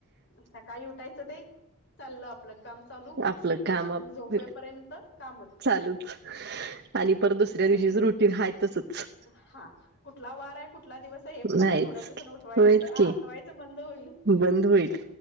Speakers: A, on the left (about 50°); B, on the right (about 50°).
A: सकाळी उठायचं ते चाललं आपलं काम चालू
B: आपलं काम
A: रात्री
B: आप
A: झोपे पर्यंत कामच
B: चालूच आणि पर दुसऱ्या
A: इकडे
B: दिवशीच
A: नाही
B: रुटीन हय तसच
A: हा कुठला वार आहे कुठ? कुठला दिवस हे पण आता
B: नाहीच
A: थोड्या दिवसाां
B: की
A: उठवायं
B: होयच की
A: हातवायचं बंद होईल.
B: बंद होईल